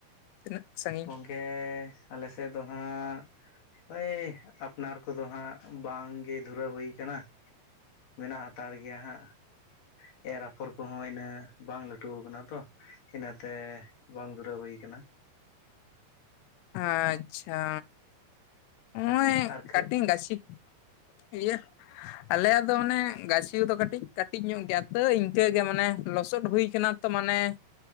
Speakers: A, on the left; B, on the left.
A: ᱛᱤᱱᱟᱹᱜ ᱥᱟᱺᱜᱤᱧ
B: <unintelligible> ᱟᱞᱮᱥᱮᱫ ᱫᱚ ᱦᱟᱸᱜ ᱳᱭ ᱟᱯᱱᱟᱨ ᱠᱚᱫᱚ ᱦᱟᱸᱜ ᱵᱟᱝᱜᱮ ᱫᱷᱩᱨᱟᱹᱣ ᱦᱩᱭ ᱟᱠᱟᱱᱟ ᱢᱮᱱᱟᱜ ᱦᱟᱛᱟᱲ ᱜᱮᱭᱟ ᱦᱟᱸᱜ ᱮᱨ ᱟᱯᱷᱚᱨ ᱠᱚᱦᱚᱸ ᱤᱱᱟᱹ ᱵᱟᱝ ᱞᱟᱹᱴᱩ ᱟᱠᱟᱱᱟ ᱛᱚ ᱤᱱᱟᱹᱛᱮ ᱵᱟᱝ ᱫᱷᱩᱨᱟᱹᱣ ᱦᱩᱭ ᱟᱠᱟᱱᱟ
A: ᱟᱪᱪᱷᱟ ᱱᱚᱜ-ᱚᱭ
B: ᱟᱨ ᱠᱷᱟᱹ
A: ᱠᱟᱹᱴᱤᱡ ᱜᱟᱹᱪᱷᱤ ᱤᱭᱟᱹ ᱟᱞᱮᱭᱟᱜ ᱫᱚ ᱚᱱᱮ ᱜᱟᱹᱪᱷᱤ ᱠᱚ ᱫᱚ ᱠᱟᱹᱴᱤᱡ ᱠᱟᱹᱴᱤᱡ ᱧᱚᱜ ᱜᱮᱭᱟ ᱛᱟᱹᱣ ᱤᱱᱠᱟᱹᱜᱮ ᱢᱟᱱᱮ ᱞᱚᱥᱚᱫ ᱦᱩᱭ ᱟᱠᱟᱱᱟ ᱛᱚ ᱢᱟᱱᱮ